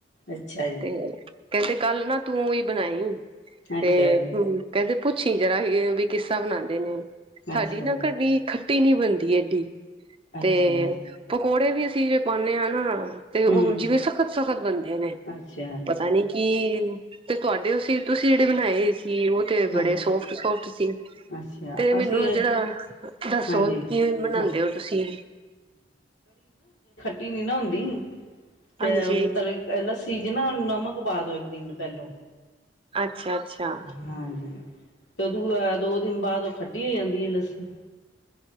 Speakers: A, on the left; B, on the right.
A: ਅੱਛਾ ਜੀ
B: ਤੇ ਕਹਿੰਦੇ ਕੱਲ ਨਾ ਤੂੰ ਉਹ ਈ ਬਣਾਈ।
A: ਅੱਛਾ
B: ਤੇ
A: ਜੀ
B: ਹ ਕਹਿੰਦੇ ਪੁੱ ਛੀ ਜਰਾ ਵੀ ਬਈ ਕਿਸਾ ਬਣਾਉਂਦੇ ਨੇ। ਸਾਡੀ
A: ਅੱਛਾ
B: ਨਾ
A: ਜੀ
B: ਕਰਡੀ ਖ ਤੀ ਨੀ ਬਣਦੀ ਐਡੀ।
A: ਅੱਛਾ
B: ਤੇ ਭੁੱ ਕੋੋੜੇ ਵੀ ਅਸੀਂ ਪਾਨੇ ਆ ਨਾ ਤੇ ਉਹ
A: ਹਮ
B: ਜਿਵੇਂ ਸਖਤ-ਸਖਤ ਬਣਦੇ ਨੇ
A: ਅੱਛਾ
B: ਪਤਾ ਨੀ ਕਿ ਤੇ ਤੁਹਾਡੇ ਅਸੀਂ ਤੁਸੀਂ ਜਿਹੜੇ ਬਣਾਏ ਕਿ ਉਹ ਤੇ
A: ਹਾਂਜੀ
B: ਬੜੇ ਸੋਫਟ ਸੋਫਟ ਸੀ
A: ਅੱਛਾ
B: ਤੇ ਮੈਨੂੰ
A: ਅਸੀਂ
B: ਜਿਹੜਾ ਦੱਸੋ
A: ਹਾਂਜੀ
B: ਕੀ ਬਣਾਉਦੇ
A: ਹਾਂ
B: ਹੋ ਤੁਸੀਂ
A: ਰਟੀ ਨੀ ਨਾ ਹੁੰਦੀ ਤੇ
B: ਹਾਂਜੀ
A: ਮਤਲਬ ਇਹਦਾ ਚੀਜ਼ ਨਾ ਨਮਕ ਪਾ ਦੋ ਇੱਕ ਦਿਨ ਪਹਿਲੋਂ
B: ਅੱਛਾ ਅੱਛਾ
A: ਹਾਂਜੀ ਤੇ ਉਦੋਂ ਦੋ ਦਿਨ ਬਾਅਦ ਉਹ ਖੱਟੀ ਹੋ ਜਾਂਦੀ ਹੈ ਲੱਸੀ